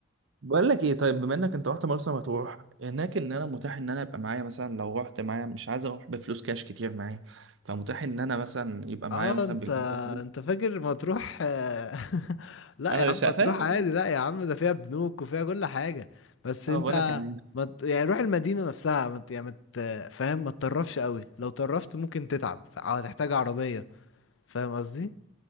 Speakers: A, on the right; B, on the left.
A: بقول لك ايه طيب بما انك انت رحت مرسى مطروح هناك ان انا متاح ان انا ابقى معايا مثلا لو رحت معايا مش عايز اروح بفلوس كاش كتير معايا فمتاح ان انا مثلا يبقى معايا
B: اه
A: مثلا
B: انت
A: بالبيزا
B: انت فاكر مطروح آه، <laughs> لا
A: انا
B: يا عم
A: مش فاهم
B: مطروح عادي لا يا عم ده فيها بنوك وفيها كل حاجة بس
A: اه
B: انت
A: بقول لك يعني
B: ما ت- يعني روح المدينة نفسها ما ت- يعني ما ت- فاهم ما تطرفش قوي لو طرفت ممكن تتعب ف- او هتحتاج عربية فاهم قصدي